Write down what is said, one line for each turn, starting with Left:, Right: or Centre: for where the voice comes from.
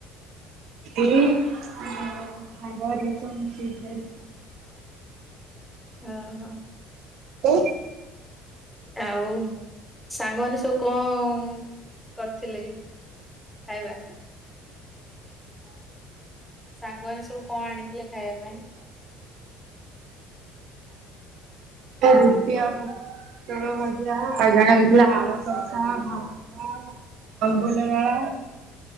Right: ଏ ଇ ସାଙ୍ଗ ହେରିକା ସବୁ ମିଶିକି ଖାଇଲୁ।
Centre: ହଁ ହଁ।
Right: <inaudible>
Centre: ଆଉ ସାଙ୍ଗମାନେ ସବୁ କଣ କରିଥିଲେ? ଖାଇବା। ସାଙ୍ଗମାନେ ସବୁ କଣ ଆଣିଥିଲେ ଖାଇବା ପାଇଁ?
Right: ରୁଟି ଆଉ ପୋଟଳ ଭଜା ଆଉ ଜଣେ ଥିଲା ଆଳ <unintelligible>
Centre: ହଁ
Right: ଅଙ୍ଗୁଲଗଳା